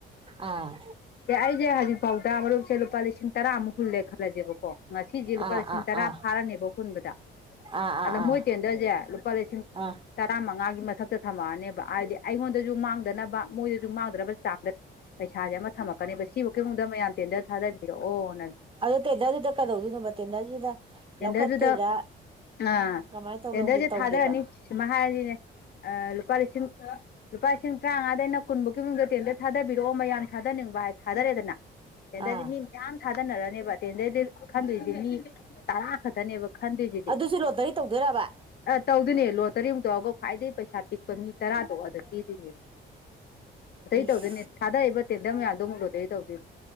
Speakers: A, on the right (about 25°); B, on the left (about 55°).
A: ꯑꯥ
B: ꯁ ꯑꯩꯁꯦ ꯍꯧꯖꯤꯛ ꯐꯥꯎꯗ ꯑꯃꯔ ꯆꯂ ꯄꯂꯤ ꯂꯤꯁꯤꯡ ꯇꯔꯥꯃꯨꯛ ꯍꯨꯜꯂꯦ ꯈꯜꯂꯁꯦꯕꯀꯣ ꯉꯁꯤꯁꯦ
A: ꯑꯥ
B: ꯂꯨꯄꯥ ꯂꯤꯁꯤꯡ
A: ꯑꯥ
B: ꯇꯔꯥ
A: ꯑꯥ
B: ꯐꯥꯔꯅꯦꯕ ꯍꯨꯟꯕꯗ
A: ꯑꯥ
B: ꯑꯗ
A: ꯑꯥ ꯑꯥ
B: ꯃꯣꯏ ꯇꯦꯟꯗꯔꯁꯦ ꯂꯨꯄꯥ ꯂꯤꯁꯤꯡ
A: ꯑꯥ
B: ꯇꯔꯥ ꯃꯉꯥꯒꯤ ꯃꯊꯛꯇ ꯇ ꯊꯝꯃꯛꯑꯅꯦꯕ ꯍꯥꯏꯗꯤ ꯑꯩꯉꯣꯟꯗꯁꯨ ꯃꯥꯡꯗꯅꯕ ꯃꯣꯏꯗꯁꯨ ꯃꯥꯡꯗꯅꯕ ꯆꯥꯡꯗ ꯄꯩꯁꯥꯁꯦ ꯑꯃ ꯊꯝꯃꯛꯀꯅꯦꯕ ꯁꯤꯕꯨ ꯀꯩꯅꯨꯡꯗ ꯃꯌꯥꯝ ꯇꯦꯟꯗꯔ ꯊꯥꯗꯕꯤꯔꯛꯑꯣ
A: ꯑꯗꯨꯣ ꯇꯦꯟꯗꯔꯗꯨꯗ ꯀꯩꯗꯧꯗꯣꯏꯅꯣꯕ ꯇꯦꯟꯗꯔꯗꯨꯗ
B: ꯇꯦꯟꯗꯔꯗꯨꯗ
A: ꯂꯧꯈꯠꯇꯣꯏꯔꯥ
B: ꯑꯥ
A: ꯀꯃꯥꯏꯅ ꯇꯧ
B: ꯆꯦꯟꯗꯁꯦ
A: ꯂꯧꯒꯦ ꯇꯧꯒꯦꯕ
B: ꯊꯥꯗꯔꯅꯤ ꯁꯤꯃ ꯍꯥꯏꯔꯁꯤꯅꯦ ꯂꯨꯄꯥ ꯂꯤꯁꯤꯡ ꯂꯨꯄꯥ ꯂꯤꯁꯤꯡ ꯇꯔꯥꯃꯉꯥꯗ ꯑꯩꯅ ꯀꯨꯟꯕ ꯀꯨꯟꯒ ꯇꯦꯟ ꯊꯥꯗꯕꯤꯔꯛꯑꯣ ꯃꯌꯥꯝ ꯊꯥꯗꯅꯤꯡꯕ ꯍꯥꯏ ꯊꯥꯗꯔꯦꯗꯅꯦꯟꯗꯗꯤ
A: ꯑꯥ
B: ꯃꯤ ꯃꯌꯥꯝ ꯊꯥꯗꯅꯔꯅꯤ ꯕ ꯑꯦꯟꯗꯩꯗꯤ ꯈꯟꯗꯣꯏꯗꯤ ꯃꯤ ꯇꯔꯥ ꯈꯛꯇꯅꯦꯕ ꯈꯟꯗꯁꯤꯗꯤ
A: ꯑꯗꯨꯁꯨ ꯂꯣꯇꯔꯤ ꯇꯧꯗꯣꯏꯔꯕ
B: ꯑ ꯇꯧ ꯑꯗꯨꯅꯦ ꯂꯣꯇꯔꯤꯃꯨꯛ ꯇꯧꯑꯒ ꯈ꯭ꯋꯥꯏꯗꯒꯤ ꯄꯩꯁꯥ ꯄꯤꯛꯄ ꯃꯤ ꯇꯔꯥꯗꯣ ꯑꯗꯨꯗ ꯄꯤꯗꯣꯏꯅꯦꯕ
A: ꯏꯁ
B: ꯇꯧꯣꯏꯅꯦ ꯊꯥꯗꯔꯏꯕ ꯇꯦꯟꯝ ꯃ ꯌꯥꯗꯣꯧꯨꯛꯨꯗꯣꯏ ꯇꯗꯧ